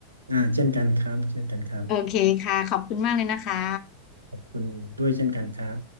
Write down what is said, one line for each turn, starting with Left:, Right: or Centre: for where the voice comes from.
Right: อ่าเช่นกันครับเช่นกันครับ
Left: โอเคค่ะขอบคุณมากเลยนะคะ
Right: ขอบคุณด้วยเช่นกันครับ